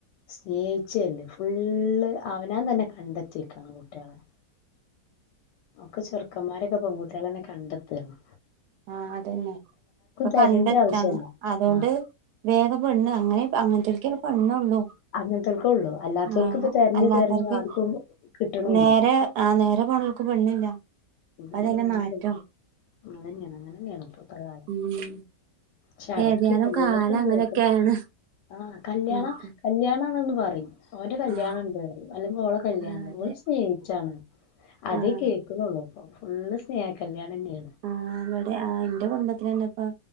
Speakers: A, on the left; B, on the right.
A: സ്നേഹിച്ചല്ലേ ഫുള്ള് അവനൻ തന്നെ കണ്ടെത്തിക്കാണ് കുട്ടികളെ ഒക്കെ ചെറുക്കന്മാരൊക്കെ പെൺകുട്ടികള എന്നെ കണ്ടെത്തുകയാണ്.
B: ആഹ് അതന്നെ ഇപ്പൊ
A: തെരണ്ട
B: കണ്ടെത്താണ്
A: ആവശ്യല്ല
B: അതുകൊണ്ട്
A: ആഹ്
B: വേഗ പ്പെണ്ണ് അങ്ങനെ അങ്ങനത്തെ ഒക്കെ പെണ്ണ് ഉണ്ടോ.
A: അങ്ങനത്തോൽക്കൊള്ളൂ അല്ലാത്തോൽക്ക്
B: ആഹ്
A: ഇപ്പ തെരഞ്ഞ്
B: അല്ലാത്തവർക്ക്
A: തെരഞ്ഞ് ആർക്കും കിട്ടണൂല്ല
B: നേരെ ആഹ് നേരെ പോണർക്ക് പെണ്ണില്ല.
A: <unintelligible>
B: അതന്നെ മാറ്റം
A: അങ്ങനന്നെയാണ് ഇപ്പൊത്ത കാലം
B: ഉം
A: ചടക്കി
B: ഏതായാലും
A: <unintelligible>
B: കാലം അങ്ങനെയൊക്കെയാണ്
A: ആഹ് കല്യാണം
B: മറ്റേ
A: കല്യാണങ്ങനൊന്നും പറയും. ഓന്റെ കല്യാണ
B: ആഹ്
A: ഉണ്ട് പറയും അല്ലെങ്കിൽ ഓളെ കല്യാണണ്ട്
B: ആഹ് അതെ
A: ഓ സ്നേഹിച്ചാണ് അതെ
B: ആഹ്
A: കേക്കുന്നുള്ളു. ഫുള്ള് സ്നേഹക്ക ല്യാണന്നേണ്.
B: ആഹ് ഇവിടെ ആഹ് ഇന്റെ കുടുംബത്തില് തന്നെ ഇപ്പ